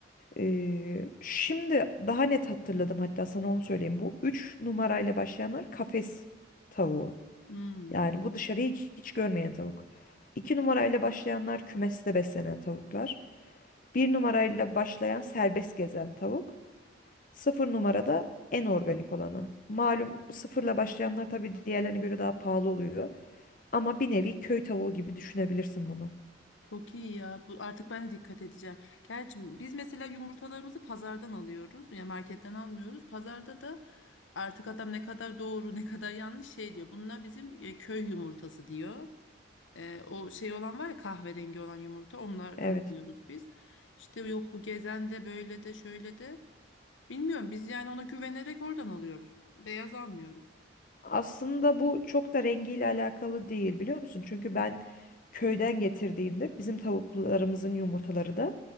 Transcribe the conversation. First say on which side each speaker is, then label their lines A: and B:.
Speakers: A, on the left; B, on the left.
A: Ee, şimdi daha net hatırladım hatta sana onu söyleyeyim. Bu 3 numarayla başlayanlar kafes tavuğu.
B: Hmm,
A: Yani bu dışarıyı hiç görmeyen tavuk. 2 numarayla başlayanlar kümeste beslenen tavuklar. Bir numarayla başlayan serbest gezen tavuk. 0 numarada en organik olanı. Malum sıfırla başlayanlar tabii diğerlerine göre daha pahalı oluyor. Ama bir nevi köy tavuğu gibi düşünebilirsin bunu.
B: çok iyi ya. Bu, artık ben de dikkat edeceğim. Gerçi biz mesela yumurtalarımızı pazardan alıyoruz. Ya marketten almıyoruz. Pazarda da artık adam ne kadar doğru ne kadar yanlış şey diyor. Bunlar bizim e, köy yumurtası diyor. Ee, o şey olan var ya kahverengi olan yumurta onlardan
A: Evet.
B: alıyoruz biz. İşte yok bu gezen de böyle de şöyle de. Bilmiyorum biz yani ona güvenerek oradan alıyoruz. Beyaz almıyoruz.
A: Aslında bu çok da rengiyle alakalı değil biliyor musun? Çünkü ben köyden getirdiğimde bizim tavuklarımızın yumurtaları da